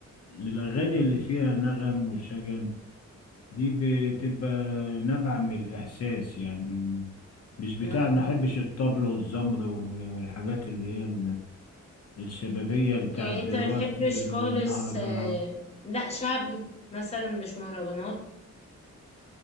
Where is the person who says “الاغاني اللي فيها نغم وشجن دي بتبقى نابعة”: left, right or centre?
Left